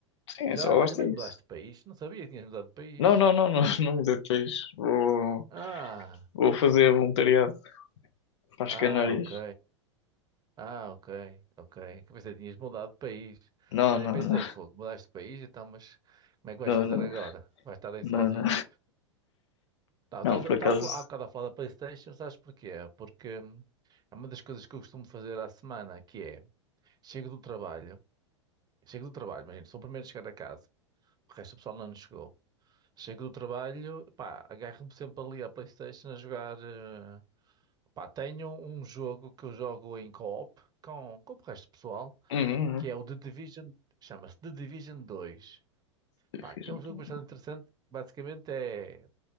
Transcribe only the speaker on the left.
Sim,
é só
basta
isso.
Não, não, não, não, <laughs> não me dê peixe. Vou,
vou fazer voluntariado para
as Canárias.
Não,
não,
não,
não,
não,
não,
não,
não,
por
acaso.
Uhum,
uhum.
Eu
fiz
um
plano.